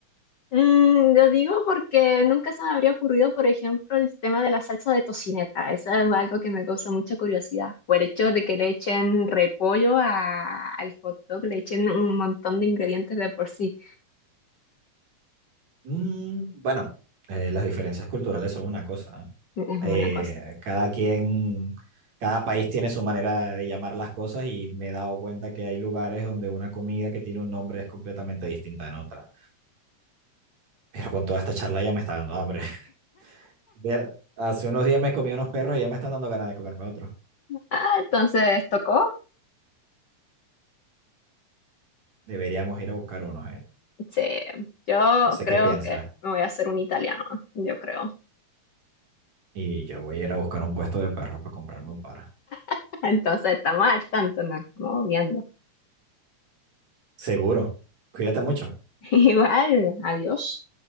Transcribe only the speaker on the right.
Mm, bueno, eh, las diferencias culturales son una cosa.
¿eh?
Eh, cada quien, cada país tiene su manera de llamar las cosas y me he dado cuenta que hay lugares donde una comida que tiene un nombre es completamente distinta en otra. Pero con toda esta charla ya me está dando hambre. <laughs> Ya- Hace unos días me comí unos perros y ya me están dando ganas de comerme otros.
Deberíamos ir a buscar unos, ¿eh?
No sé
qué piensas.
Y yo voy a ir a buscar un puesto de perros para comprarme un par.
Seguro. Cuídate mucho.